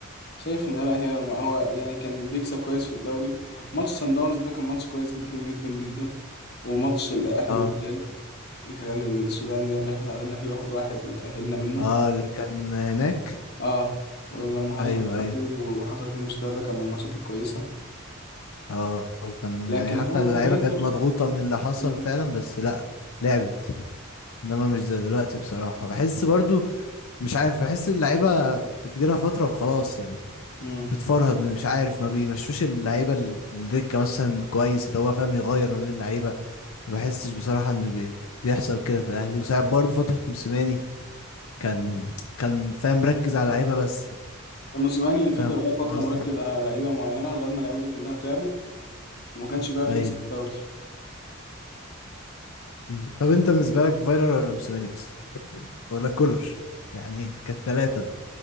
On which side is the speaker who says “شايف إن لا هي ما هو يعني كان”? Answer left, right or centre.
Left